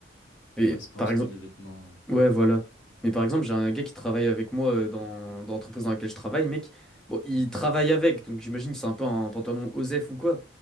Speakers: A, in the centre; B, on the left.
A: Et
B: Ouais, c'est pas
A: par
B: un style
A: exemple,
B: de vêtement. euh.
A: ouais, voilà. Mais par exemple, j'ai un gars qui travaille avec moi euh, dans dans l'entreprise dans laquelle je travaille, mec. Bon, il travaille avec, donc j'imagine que c'est un peu un pantalon OSEF ou quoi.